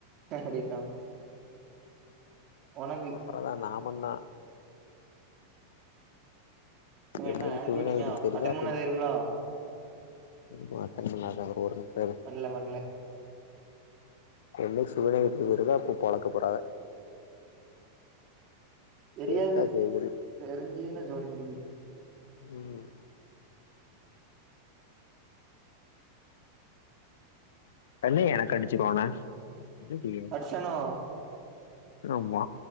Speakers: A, on the right (about 40°); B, on the left (about 60°).
A: அப்டின்னா உனக்கு
B: அப்பறந்தா நா பண்ணா
A: என்ன
B: என்னைக்கு சிவனா
A: <unintelligible>
B: வீட்டுக்கு தெரியுதோ
A: அட்டன் பண்ணா தெரியும்லா
B: ம் அட்டன் பண்ணாத ஒரு நிமிஷோ இரு
A: பண்ல பண்ல
B: என்னைக்கி சுகன்யா வீட்டுக்கு தெரியுதோ அப்போ பொளக்க போறாக
A: தெரியாது
B: செத்தா சேகிரி
A: தெரிஞ்சுதுனா ஜோலி முடிஞ்சுது
B: ம் உடனே எனக்கு அடிச்சுருவா ஆனா <unintelligible>
A: அடிச்சானோ
B: ஆமா